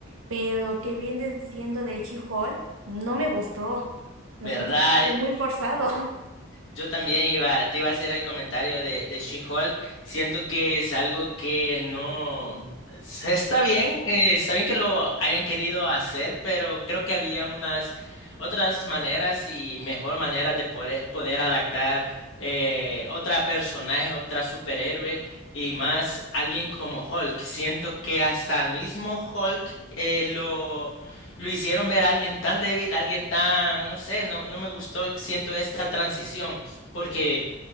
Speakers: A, on the right; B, on the left.
A: pero lo que viene siendo de She-Hulk no me gustó, lo
B: ¿Verdad?
A: sentí como que muy forzado.
B: Yo también iba, te iba a hacer el comentario de, de She-Hulk. Siento que es algo que no se- está bien, eh, está bien que lo hayan querido hacer, pero creo que había unas otras maneras y mejor maneras de poder, poder adaptar eh, otra personaje, otra superhéroe y más alguien como Hulk. Siento que hasta el mismo Hulk eh, lo lo hicieron ver a alguien tan débil, alguien tan, no sé, no, no me gustó, siento esta transición. Porque